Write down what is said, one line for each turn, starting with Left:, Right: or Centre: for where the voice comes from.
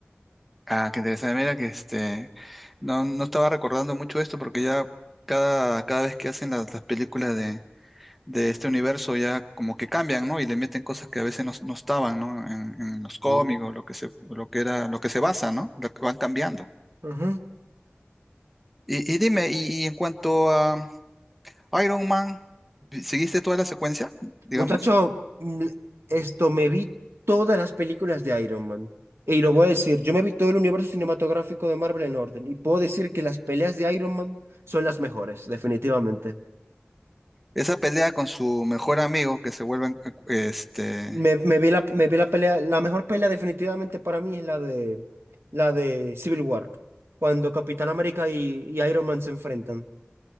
Centre: Ah, qué interesante. Mira que este, no, no estaba recordando mucho esto porque ya cada, cada vez que hacen las, las películas de, de este universo ya como que cambian, ¿no? Y le meten cosas que a veces no, no estaban, ¿no? En, en los cómics
Right: Mm.
Centre: o lo que se, o lo que era, lo que se basa, ¿no? Lo que van cambiando.
Right: Ujú.
Centre: Y, y dime, y, y en cuanto a Iron Man, ¿seguiste toda la secuencia, digamos?
Right: Muchacho, mm, esto me vi todas las películas de Iron Man. Y lo voy a decir, yo me vi todo el universo cinematográfico de Marvel en orden. Y puedo decir que las peleas de Iron Man son las mejores, definitivamente.
Centre: Esa pelea con su mejor amigo que se vuelven, este,
Right: Me, me vi la, me vi la pelea, la mejor pelea definitivamente para mí es la de, la de Civil War, cuando Capitán América y, y Iron Man se enfrentan.